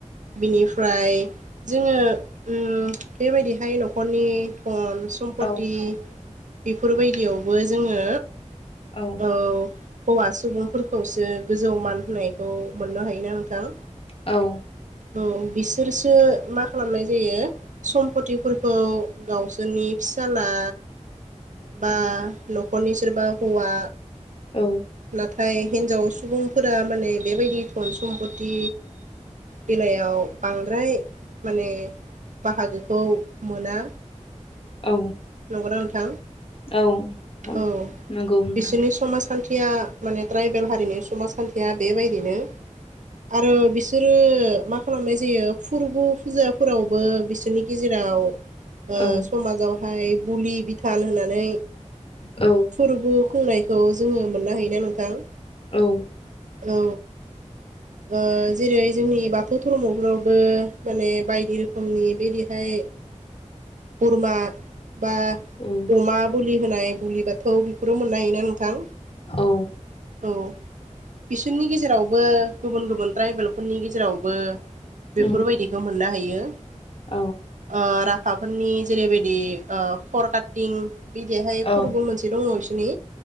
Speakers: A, on the right; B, on the left.
A: बिनिफ्राय जोङो ओम बेबायदिहाय न'खरनि धन सम्पति
B: औ
A: इफोर बायदियावबो जोङो
B: औ
A: औ हौवा सुबुंफोरखौसो गोजौ मान होनायखौ मोननो हायोना नोंथां?
B: औ
A: औ बिसोरसो मा खालामनाय जायो सम्पथिफोरखौ गावसोरनि फिसाला बा न'खरनि सोरबा हौवा
B: औ
A: नाथाय हिनजाव सुबुंफोरा माने बेबायदि धन सम्पति बेलायाव बांद्राय माने बाहागोखौ मोना।
B: औ।
A: नंगौना नोंथां
B: नोंथां
A: औ
B: नंगौ नोंथां
A: बिसोरनि समाजखान्थि मा माने ट्रायबेल हारिनि समाजखान्थिया बेबायदिनो आरो बि सोरो मा खालामनाय जायो फुरबु फुजाफोरावबो बिसोरनि गेजेराव ओ
B: औ
A: समाजावहाय बुलि बिथान होनानै
B: औ।
A: फुरबु खुंनायखौ जोङो मोननो हायोना नोंथां।
B: औ।
A: औ। ओ जेरै जोंनि बाथौ धर्मफोरावबो माने बायदि रोखोमनि बेदिहाय बुरमा बा
B: उम
A: अमा बोलि होनाय बुलि बाथौ बेफोरो मोननो हायोना नोंथां।
B: औ
A: औ बिसोरनि गेजेरावबो गुबुन गुबुन ट्राइबेलफोरनि गेजेरावबो बेफोरबायदिखौ
B: उम
A: मोननो हायो। ओ
B: औ
A: राभाफोरनि जेरैबायदि ओ फर काटिं बिदिहाय
B: औ
A: फोरबो मोनसे दङ इसिनि